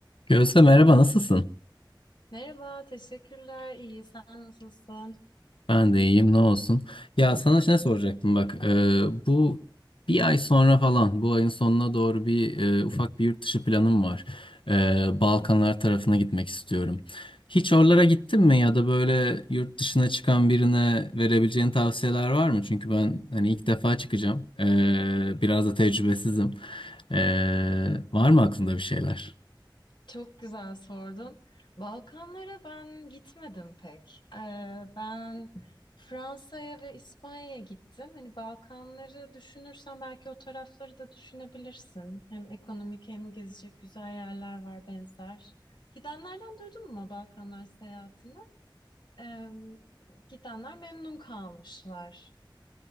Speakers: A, on the left (about 85°); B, on the left (about 65°).
A: Gözde merhaba nasılsın?
B: Merhaba, teşekkürler. İyi, sen nasılsın?
A: Ben de iyiyim ne olsun. Ya sana ne soracaktım bak e, bu bir ay sonra falan bu ayın sonuna doğru bir e, ufak bir yurt dışı planım var. E, Balkanlar tarafına gitmek istiyorum. Hiç oralara gittin mi ya da böyle yurt dışına çıkan birine verebileceğin tavsiyeler var mı? Çünkü ben hani ilk defa çıkacağım. E, biraz da tecrübesizim. E, var mı aklında bir şeyler?
B: Çok güzel sordun. Balkanlara ben gitmedim pek. Ee, ben Fransa'ya ve İspanya'ya gittim. Hani Balkanları düşünürsen belki o tarafları da düşünebilirsin. Hem ekonomik hem gezecek güzel yerler var benzer. Gidenlerden duydun mu Balkanlar seyahatini? Ee, gidenler memnun kalmışlar.